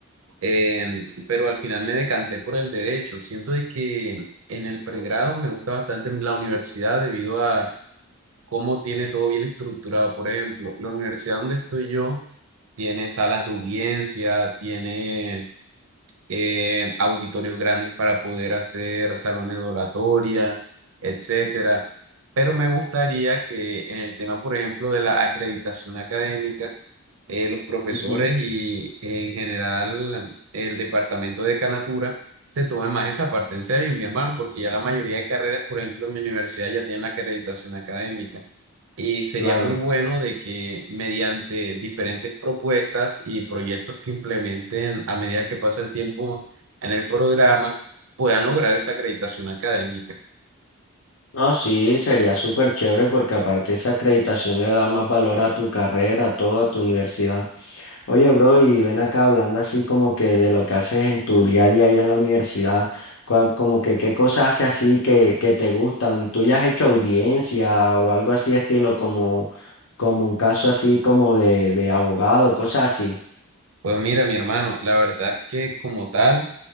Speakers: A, on the right; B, on the left.
A: Em, pero al final me decanté por el derecho. Siento de que en el pregrado me gusta bastante la universidad debido a cómo tiene todo bien estructurado. Por ejemplo, la universidad donde estoy yo tiene salas de audiencia, tiene em, auditorios grandes para poder hacer salones de oratoria, etcétera. Pero me gustaría que en el tema, por ejemplo, de la acreditación académica, eh, los profesores
B: Ujú,
A: y en general el departamento de Canatura se tomen más esa parte en serio, mi hermano, porque ya la mayoría de carreras, por ejemplo, en mi universidad ya tienen la acreditación académica. Y sería
B: claro.
A: muy bueno de que mediante diferentes propuestas y proyectos que implementen a medida que pasa el tiempo en el programa, puedan lograr esa acreditación académica.
B: No, sí, sería súper chévere porque aparte esa acreditación le da más valor a tu carrera, a toda tu universidad. Oye, bro, y ven acá hablando así como que de lo que haces en tu día a día allá en la universidad, cua- como que qué cosas haces así que, que te gustan. ¿Tú ya has hecho audiencia o algo así estilo como, como un caso así como de, de abogado, cosas así?
A: Pues mira, mi hermano, la verdad es que como tal...